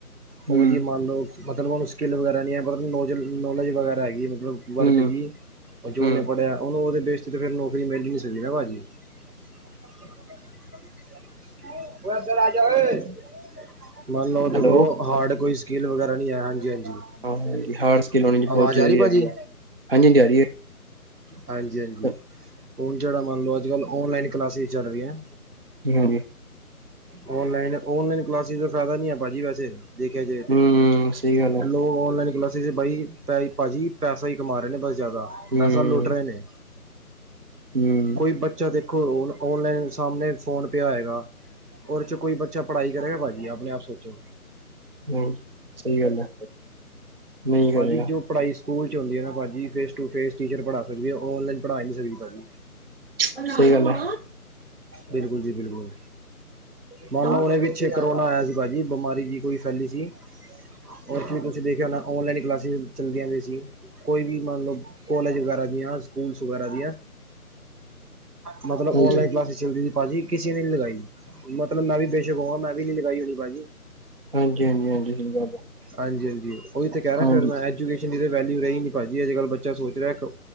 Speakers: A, on the right (about 40°); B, on the right (about 85°).
A: ਹੂੰ
B: ਉਹਦੀ ਮੰਨ ਲੋ, ਮਤਲਬ ਹ ਸਕਿੱਲ ਵਗੈਰਾ ਨਹੀਂ ਹੈ, ਮਤਲਬ ਨੌਲੇਜ ਵਗੈ ਵਗੈਰਾ ਹੈਗੀ। ਵਰਕ
A: ਹੂੰ
B: ਦੀ, ਜੋ
A: ਹੂੰ
B: ਓਹਨੇ ਪੜ੍ਹਿਆ ੳਹਨੁ, ਉਹਦੇ ਬੇਸ'ਚ ਤੇ, ਫਿਰ ਨੌਕਰੀ ਮਿਲ ਨਹੀਂ ਸਕ ਸੀਗੀ ਨਾ ਭਾਅ ਜੀ। <unintelligible> ਬ <inaudible> ਯਵੇ ਮੰਨ ਲਓ, ੳਹਦੇ
A: ਹੈਲੋ
B: ਕੋਲ, ਹਾਰਡ ਕੋਈ ਸਕੀਲ ਵਗੈਰਾ ਨਹੀਂ, ਆਆ ਹਾਂਜੀ- ਹਾਂਜੀ।
A: ਹਾਂ ਹਾਰਡ ਸਕਿੱਲ ਹੋਣੀ
B: ਅਵਾਜ਼
A: ਬਹੁਤ ਜ਼ਰੂਰੀ
B: ਆ ਰਹੀ ਭਾਜੀ?
A: ਹੈਗੀ ਹਾਂਜੀ ਹਾਂਜੀ ਆ ਰਹੀ
B: ਹਾਂਜੀ ਹਾਂਜੀ
A: ਹੈ
B: ਹੁਣ ਜਿਹੜਾ ਮੰਨ ਲਓ ਅੱਜ ਕੱਲ ਓਨਲਾਈਨ ਕਲਾਸਜ਼ ਚੱਲ ਰਹੀਆਂ
A: ਹਾਂਜੀ
B: ਨਲਾਈਨ ਔਨਲਾਈਨ ਕਲਾਸ ਦਾ ਫਾਇਦਾ ਨ ਹੈ ਭਾਜੀ ਵੈਸੇ ਦੇਖਿਆ ਜਾਏਥੇਿਰ
A: ਹੂੰ ਸਹੀ ਗੱਲ ਹੈ
B: ਲੋਕ ਔਨਲਾਈਨ ਕਲਾਸਿਸ ਵੀ ਬਈ ਭ ਭਾਜੀ ਪੈਸਾ ਹੀ ਕਮਾ ਰਹੇ ਨੇ ਬਸ ਜ਼ਿਆਦਾ
A: ਹੂੰ
B: ਪੈਸਾ ਲੁੱਟ ਰਹੇ ਨੇ।
A: ਹੂੰ
B: ਕੋਈ ਬੱਚਾ ਦੇਖ? ਦੇਖੋ ਹੁਣ ਔਨਲਾਈਨ ਸਾਹਮਣੇ ਫ਼ੋਨ ਪਇਆ ਹੋਏਗਾ ਉਹਦੇ ' ਚ ਕੋਈ ਬੱਚਾ ਪੜ੍ਹਾਈ ਕਰੇਗਾ ਭਾਅਜੀ ਆਪਣੇ ਆਪ ਸੋਚੋ।
A: ਹੂੰ ਸਹੀ ਗੱਲ ਹੈ ਨਹੀਂ ਕਰਿਆ
B: ਭਾਜੀ ਜੋ ਪੜ੍ਹਾਈ ਸਕੂਲ ਚ ਹੁੰਦੀ ਹੈ ਨਾ ਭਾਜੀ? ਜੀ ਫੇਸ ਟੂ ਫੇਸ ਟੀਚਰ ਪੜ੍ਹਾ ਸਕਦੇ ਹਾਂ ਔਨਲਾਈਨ ਪੜ੍ਹਾ ਨਹੀਂ ਸਕਦੇ ਭਾਜੀ।
A: ਸਹੀ ਗੱਲ ਹੈ।
B: ਬਿਲਕੁਲ ਜੀ ਬਿਲਕੁਲ ਮੰਨ
A: ਹਾਂਜੀ
B: ਲਓ ਹੁਣੇ ਵੀ ਪਿੱਛੇ ਕਰੋਨਾ ਆਇਆ ਸੀ? ਭਾਜੀ ਬਿਮਾਰੀ ਜਿਹੀ ਕੋਈ ਫੈਲੀ ਸੀ ਉਹ 'ਚ ਵੀ ਤੁਸੀਂ ਦੇਖਿਆ ਹੋਣਾ? ਔਨਲਾਈਨ ਕਲਾਸਾਂ। ' ਚੱਲਦੀਆ ਹੋਇਆ ਸੀ ਕੋਈ ਵੀ ਮੰਨ ਲਓ? ਕੋਲੇਜ ਵਗੈਰਾ ਦੀਆਂ। ਸਕੂਲਸ ਵਗੈਰਾ ਦੀਆਂ ਮਤਲਬ
A: ਹਾਂਜੀ
B: ਔਨਲਾਈਨ ਕਲਾਸਿਸ ਚੱਲਦੀ ਸੀ ਭਾਜੀ। ਕਿਸੇ ਨੇ ਨਹੀਂ ਲਗਾਈ? ਮਤਲਬ ਮੈਂ ਵੀ ਬੇਸ਼ਕ ਹੋਵਾ ਮੈਂ ਵੀ। ਲਗਾਈ ਹੋਣੀ ਭਾਜੀ।
A: ਹਾਂਜੀ ਹਾਂਜੀ ਹਾਂਜੀ ਸਹੀ ਗੱਲ ਹੈ।
B: ਹਾਂਜੀ ਹਾਂਜੀ ਉਹੀ ਤੇ ਕਹਿ ਰਿਹਾ
A: ਹਾਂਜੀ
B: ਫਿਰ ਮੈਂ ਐਜੂਕੇਸ਼ਨ। ਅੱਜ ਇਹਦੀ ਵੈਲੂ ਰਹੀ ਨੀ ਭਾਜੀ ਅੱਜਕੱਲ ਬੱਚਾ ਸੋਚ ਦਾ? ਰਹੈ ਕੋ